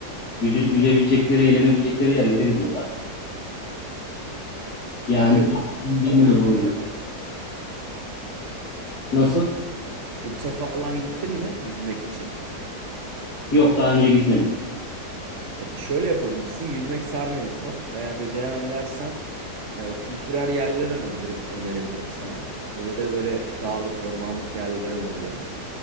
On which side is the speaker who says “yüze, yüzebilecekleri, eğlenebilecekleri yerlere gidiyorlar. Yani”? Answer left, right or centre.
Left